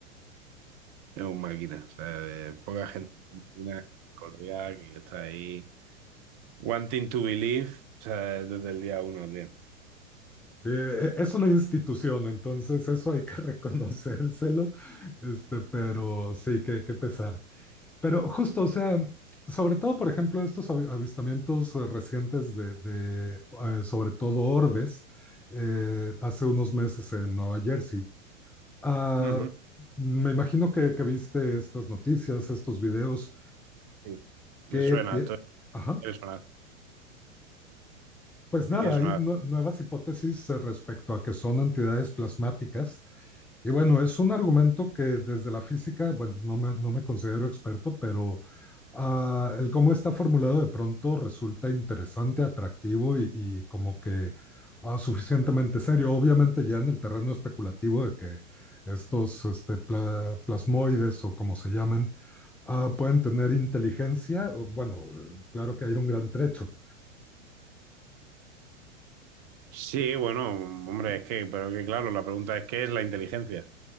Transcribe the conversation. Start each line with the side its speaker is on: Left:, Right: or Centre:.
Right: es un máquina, o sea, de poca gente, una colega que está ahí, wanting to believe, o sea, desde el día uno, tío.
Centre: Sí, e- es una institución, entonces eso hay que <laughs> reconocérselo, este, pero sí, qué, qué pesar. Pero justo, o sea, sobre todo, por ejemplo, estos avi- avistamientos eh, recientes de, de, eh, sobre todo orbes, eh, hace unos meses en Nueva Jersey. Ah,
Right: Ujú,
Centre: me imagino que, que viste estas noticias, estos videos,
Right: sí,
Centre: que...
Right: me suena,
Centre: pi-
Right: esto me
Centre: Ajá.
Right: quiere sonar,
Centre: Pues
Right: me
Centre: nada,
Right: quiere sonar.
Centre: hay nue- nuevas hipótesis eh, respecto a que son entidades plasmáticas. Y bueno, es un argumento que desde la física, bueno, no me, no me considero experto, pero ah, el cómo está formulado de pronto resulta interesante, atractivo y, y como que ah, suficientemente serio. Obviamente ya en el terreno especulativo de que estos este, pla- plasmoides o como se llamen, ah, pueden tener inteligencia, bueno, eh, claro que hay un gran trecho,
Right: Sí, bueno, hombre, es que, pero que claro, la pregunta es, ¿qué es la inteligencia?